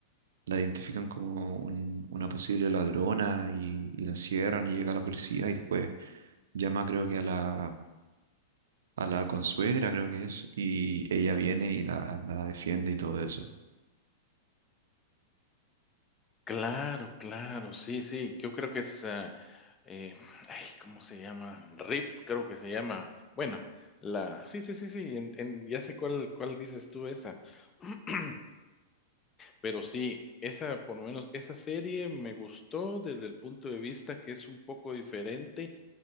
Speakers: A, on the right; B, on the left.
A: la identifican como un- una posible ladrona y, y la encierran y llega la policía y después llama creo que a la, a la consuegra, creo que es, y ella viene y la, la defiende y todo eso.
B: Claro, claro, sí, sí, yo creo que es, ah, eh, ay, ¿cómo se llama? RIP, creo que se llama. Bueno, la sí, sí, sí, sí, en en ya sé cuál cuál dices tú, esa. <clears throat> Pero sí, esa, por lo menos, esa serie me gustó desde el punto de vista que es un poco diferente,